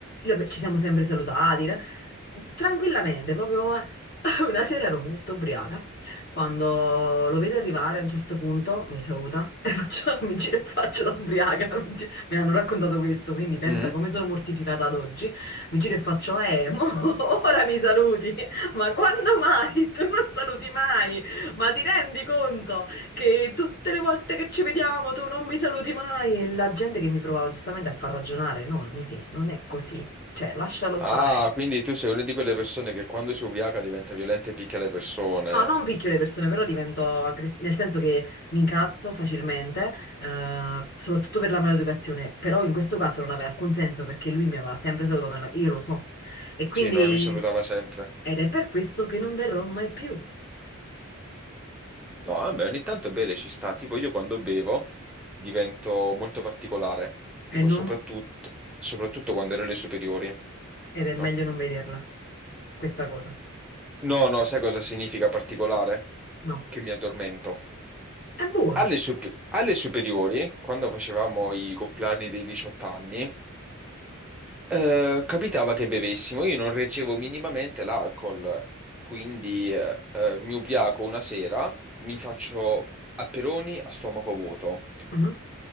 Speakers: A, on the left; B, in the centre.
A: la- ci siamo sempre salutati, eh, tranquillamente, proprio... eh. <laughs> Una sera ero molto ubriaca quando lo vedo arrivare a un certo punto mi saluta e faccio, <laughs> mi giro e faccio da ubriaca. Mi, gi- me l'hanno raccontato questo, quindi pensa
B: Mm.
A: come sono mortificata ad oggi. Mi giro e faccio, eh, mo, <laughs> ora mi saluti. Ma quando mai? <laughs> Tu non saluti mai. Ma ti rendi conto che tutte le volte che ci vediamo tu non mi saluti mai? E la gente che mi provava giustamente a far ragionare, no, Nifi, non è così. Cioè, lascialo stare.
B: Ah, quindi tu sei una di quelle persone che quando si ubriaca diventa violenta e picchia le persone.
A: No, non picchio le persone, però divento aggressiva, nel senso che mi incazzo facilmente, eh, soprattutto per la maleducazione, però in questo caso non aveva alcun senso perché lui mi aveva sempre salutato, nella- io lo so. E quindi,
B: Sì, no, lui salutava sempre.
A: ed è per questo che non verrò mai più.
B: No, vabbè, ogni tanto bere ci sta. Tipo, io quando bevo divento molto particolare. Tipo,
A: E
B: soprattutto,
A: non-
B: soprattutto quando ero alle superiori.
A: Ed è
B: No?
A: meglio non vederla, questa cosa.
B: No, no, sai cosa significa particolare?
A: No,
B: Che mi addormento.
A: è buono.
B: Alle, supe- alle superiori, quando facevamo i compleanni dei 18 anni, eh, capitava che bevessimo. Io non reggevo minimamente l'alcol, quindi eh, eh, mi ubriaco una sera, mi faccio aperoni a stomaco vuoto.
A: Mhm.